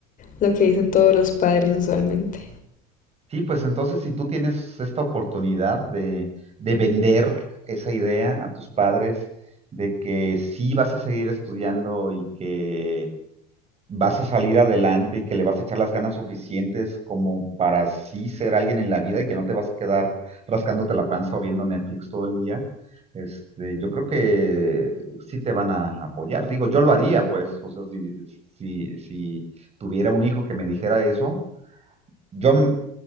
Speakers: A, on the left (about 40°); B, on the right (about 30°).
A: lo que dicen todos los padres usualmente.
B: Sí, pues entonces si tú tienes esta oportunidad de, de vender esa idea a tus padres de que sí vas a seguir estudiando y que vas a salir adelante y que le vas a echar las ganas suficientes como para sí ser alguien en la vida y que no te vas a quedar rascándote la panza o viendo Netflix todo el día, este, yo creo que sí te van a apoyar. Digo, yo lo haría, pues, o sea, si, si, si tuviera un hijo que me dijera eso, yo, m-